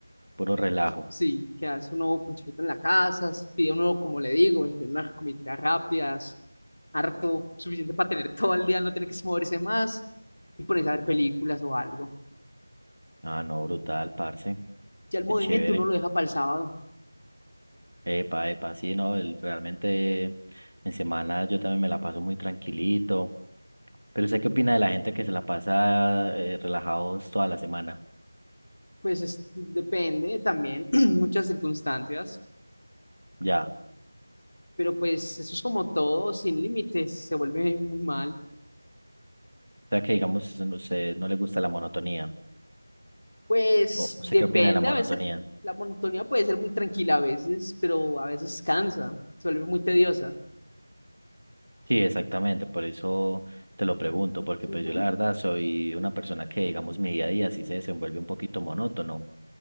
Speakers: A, on the right; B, on the left.
A: puro relajo.
B: Sí, que hace un nuevo ponchadito en la casa, s- pide uno, como le digo, pide unas comidas rápidas, harto, suficiente para tener <laughs> todo el día, no tiene que moverse más y ponerse a ver películas o algo.
A: Ah, no, brutal, parce.
B: Ya el movimiento
A: Qué chévere.
B: uno lo deja para el sábado,
A: Epa, epa, sí, no, el- realmente en semana yo también me la paso muy tranquilito. Pero sé qué opina de la gente que se la pasa eh, relajados toda la semana.
B: pues es- depende también, <clears throat> muchas circunstancias,
A: Ya. O
B: pero pues eso es como todo, sin límites, se vuelve muy mal.
A: sea que digamos, no sé, no le gusta la monotonía.
B: Pues
A: O
B: depende,
A: sé qué opina de la
B: a
A: monotonía.
B: veces la monotonía puede ser muy tranquila a veces, pero a veces cansa, se vuelve muy tediosa.
A: Sí, exactamente, por eso te lo pregunto, porque
B: Ujú.
A: pues yo la verdad soy una persona que, digamos, mi día a día sí se desenvuelve un poquito monótono.